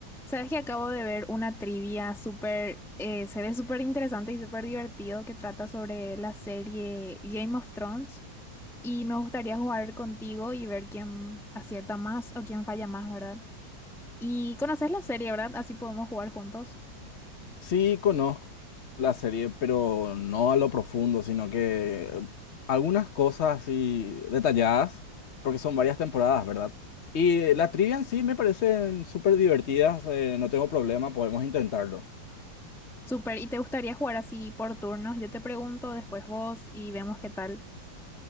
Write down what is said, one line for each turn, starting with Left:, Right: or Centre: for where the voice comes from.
Centre: Sabes que acabo de ver una trivia súper, eh, se ve súper interesante y súper divertido que trata sobre la serie Game of Thrones y me gustaría jugar contigo y ver quién acierta más o quién falla más, ¿verdad? Y conoces la serie, ¿verdad? Así podemos jugar juntos.
Left: Sí, conozco la serie, pero no a lo profundo, sino que eh, algunas cosas así detalladas, porque son varias temporadas, ¿verdad? Y eh, la trivia en sí me parecen súper divertidas, eh, no tengo problema, podemos intentarlo.
Centre: Súper, y te gustaría jugar así por turnos. Yo te pregunto, después vos y vemos qué tal.